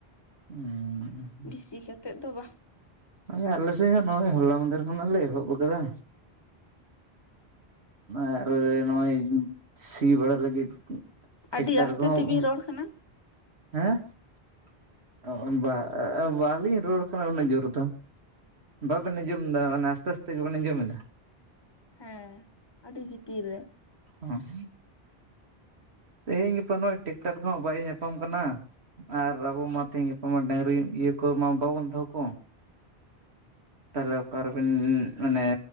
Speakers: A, on the right (about 85°); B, on the left (about 25°).
A: ᱩᱸᱻ
B: ᱵᱤᱥᱤ ᱠᱟᱛᱮᱫ ᱫᱚ ᱵᱟᱝ᱾
A: ᱦᱳᱭ ᱟᱞᱮ ᱥᱮ ᱦᱚᱸ ᱱᱚᱜᱼᱚᱭ ᱦᱚᱞᱟ ᱢᱟᱫᱷᱮᱨ ᱠᱷᱚᱱᱟᱜ ᱞᱮ ᱮᱦᱚᱵ ᱟᱠᱟᱫᱟ᱾ ᱟᱨ ᱱᱚᱜᱼᱚᱭ ᱥᱤ ᱵᱟᱲᱟ ᱞᱟᱹᱜᱤᱫ ᱴᱮᱠᱴᱟᱨ
B: ᱟᱹᱰᱤ ᱟᱥᱛᱮ
A: ᱠᱚ ᱦᱚᱸ
B: ᱛᱮᱵᱤᱱ ᱨᱚᱲ ᱠᱟᱱᱟ
A: ᱦᱮᱸ ᱰᱟᱸᱻ ᱵᱟᱞᱤᱧ ᱨᱩᱣᱟᱹᱲ ᱠᱟᱱᱟ ᱩᱱᱟᱹᱜ ᱡᱳᱨ ᱫᱚ᱾ ᱵᱟᱵᱮᱱ ᱟᱸᱡᱚᱢᱮᱫᱟ ᱢᱟᱱᱮ ᱟᱥᱛᱮ ᱟᱥᱛᱮ ᱜᱮᱵᱮᱱ ᱟᱸᱡᱚᱢᱮᱫᱟ?
B: ᱦᱮᱸ ᱟᱹᱰᱤ ᱵᱷᱤᱛᱤᱨ ᱨᱮ᱾
A: ᱦᱟᱥ ᱛᱮᱦᱮᱧ ᱜᱟᱯᱟ ᱫᱚ ᱱᱚᱜᱼᱚᱭ ᱴᱮᱠᱴᱟᱨ ᱠᱚᱦᱚᱸ ᱵᱟᱭ ᱧᱟᱯᱟᱢ ᱠᱟᱱᱟ᱾ ᱟᱨ ᱟᱵᱚ ᱢᱟ ᱛᱮᱦᱤᱧ ᱜᱟᱯᱟ ᱢᱟ ᱰᱟᱹᱝᱨᱤ ᱤᱭᱟᱹ ᱠᱚᱢᱟ ᱵᱟᱵᱚᱱ ᱫᱚᱦᱚ ᱠᱚ᱾ ᱛᱟᱞᱦᱮ ᱚᱠᱟᱨᱮᱵᱮᱱ ᱢᱟᱱᱮ